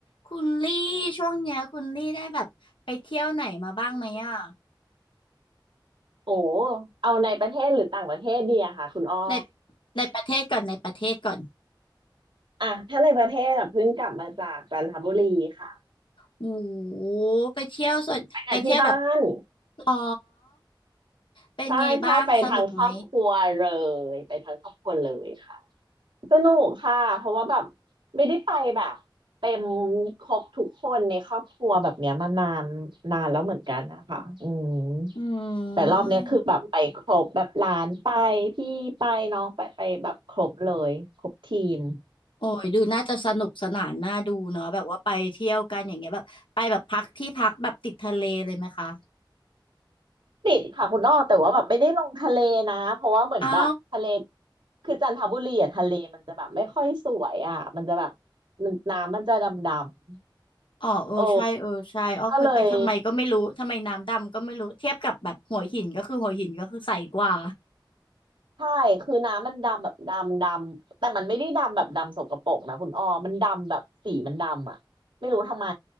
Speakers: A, on the left (about 85°); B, on the right (about 75°).
A: คุณลี่ช่วงเนี้ยคุณลี่ได้แบบไปเที่ยวไหนมาบ้างไหมอ่ะ
B: โอ้เอาในประเทศหรือต่างประเทศดีอะค่ะคุณอ้อ
A: ในในประเทศก่อนในประเทศก่อน
B: อ่ะถ้าในประเทศอะเพิ่งกลับมาจากจันทบุรีค่ะ
A: โอ้โหไปเที่ยวส่วนไปเที่ยวแบบ
B: ไปกับที่บ้าน
A: หรอเป็นไงบ้างสนุกไหม
B: ใช่ใช่ไปทางครอบครัวเลยไปทางครอบครัวเลยค่ะสนุกค่ะเพราะว่าแบบไม่ได้ไปแบบเต็มครบทุกคนในครอบครัวแบบเนี้ยมานานนานแล้วเหมือนกันนะคะอืม
A: อืม
B: แต่รอบเนี้ยคือแบบไปครบแบบหลานไปพี่ไปน้องไปไปแบบครบเลยครบทีม
A: โอ้ยดูน่าจะสนุกสนานน่าดูเนาะแบบว่าไปเที่ยวกันอย่างเงี้ยแบบไปแบบพักที่พักแบบติดทะเลเลยไหมคะ
B: ติดค่ะคุณอ้อแต่ว่าแบบไม่ได้ลงทะเลนะเพราะว่าเหมือนแบบทะเล
A: เอ้า
B: คือจันทบุรีอะทะเลมันจะแบบไม่ค่อยสวยอ่ะมันจะแบบมันน้ำมันจะดำๆโอ้
A: อ๋อเออใช่เออใช่อ๋อเคยไปทำไมก็ไม่รู้ทำไมน้ำดำก็ไม่รู้เทียบกับแบบหัวหินก็คือหัวหินก็คือใสกว่า
B: ก็เลย ใช่คือน้ำมันดำแบบดำดำแต่มันไม่ได้ดำแบบดำสกปรกนะคุณอ้อมันดำแบบสีมันดำอ่ะไม่รู้ทำไม